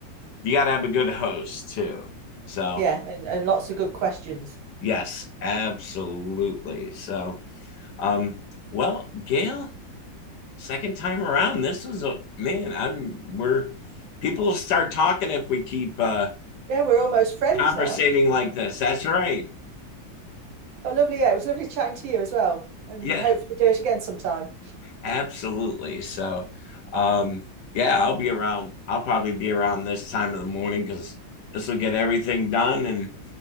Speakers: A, on the left (about 70°); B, on the right (about 80°).
A: you got to have a good host too. So,
B: Yeah, and, and lots of good questions.
A: yes, absolutely. So, um, well, Gail, second time around, this was a man. I'm we're people start talking if we keep uh
B: Yeah, we're almost friends
A: conversating
B: now.
A: like this. That's right.
B: But lovely, yeah, it was lovely chatting to you as well. And
A: Yeah,
B: hopefully do it again sometime.
A: absolutely. So, um, yeah, I'll be around. I'll probably be around this time of the morning because this will get everything done, and